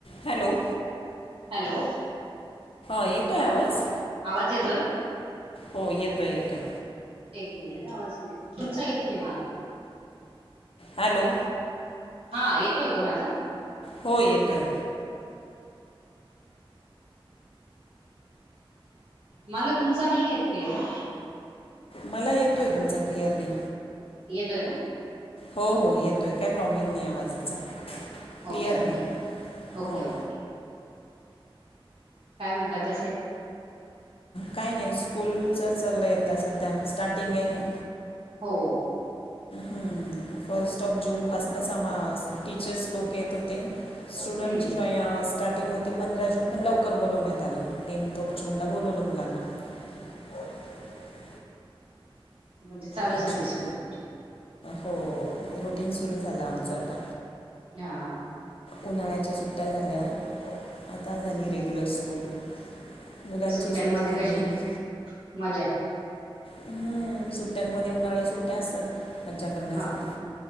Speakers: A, on the left; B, on the right.
A: Hello!
B: Hello!
A: येतोय आवाज?
B: आवाज येतोय?
A: हो येतोय येतोय.
B: एक मिनिट आवाज नाही, तुमचा येत नाही मला?
A: हॅलो!
B: हा येतोय, का माझा?
A: हो येतोय.
B: मला तुमचा नाही येत क्लिअर.
A: मला येतोय, तुमचा क्लिअरली.
B: येतोय ना
A: हो हो येतोय, काही प्रॉब्लेम नाही आवाजाचा. क्लिअर
B: ओके
A: आहे
B: ओके
A: हो
B: ओके ओके! काय म्हणतात कसे?
A: काय नाही स्कूलच चाललं आता सध्या स्टार्टिंग आहे.
B: हो.
A: हम्म फर्स्ट ऑफ जून पासूनच आ टीचर्स लोक येत होते. स्टुडंटची
B: हम्म
A: जॉयंस स्टार्टिंग होती पंधरा जून, पण लवकर बोलवण्यात आलं टेन्थ ऑफ जून ला बोलवलं मुलांना. <inaudible>
B: म्हणजे चालू
A: ॲक्च्युली
B: झाली स्कूल तुमची?
A: हो, रुटीन सुरू झालं आमचं आता.
B: हां, हां!
A: उन्हाळ्याच्या सुट्ट्या झाल्या, आता झाली रेग्युलर स्कूल. मुलांची
B: सुट्ट्यांमध्ये
A: सुरू झाली
B: कशी
A: आणि
B: मजा!
A: हम्म सुट्ट्यांमध्ये उन्हाळ्या सुट्ट्या असतात. मज्जा करण्यासाठी,
B: हा